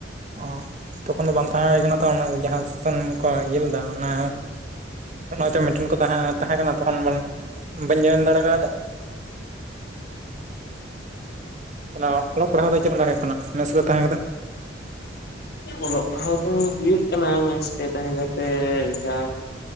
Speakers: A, on the right (about 40°); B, on the left (about 60°).
A: ᱚ ᱛᱚᱠᱷᱚᱱ ᱫᱚ ᱵᱟᱝ ᱛᱟᱦᱮᱸ ᱦᱩᱭ ᱠᱟᱱᱟ ᱛᱚ ᱡᱟᱦᱟᱸ ᱥᱩᱛᱟᱹᱱ ᱠᱚ ᱤᱭᱟᱹ ᱞᱮᱫᱟ ᱚᱱᱟ ᱴᱮᱱ ᱦᱚᱭᱛᱚ ᱛᱟᱦᱮᱸ ᱠᱟᱱᱟ ᱛᱚᱠᱷᱚᱱ ᱵᱟᱹᱧ ᱡᱚᱭᱮᱱ ᱫᱟᱲᱮ ᱠᱟᱫᱟ ᱦ <unintelligible> ᱛᱟᱦᱚᱞᱮ ᱚᱞᱚᱜ ᱯᱟᱲᱦᱟᱜ ᱫᱚ ᱪᱮᱫ ᱞᱮᱠᱟ ᱦᱩᱭᱩᱜ ᱠᱟᱱᱟ ᱢᱮᱥ ᱨᱮ ᱛᱟᱦᱮᱸ ᱠᱟᱛᱮᱜ
B: ᱚᱞᱚᱜ ᱯᱟᱲᱦᱟᱣ ᱫᱚ ᱦᱩᱭᱩᱜ ᱠᱟᱱᱟ ᱢᱮᱥᱛᱮ ᱛᱟᱦᱮ ᱠᱟᱛᱮ ᱡᱟ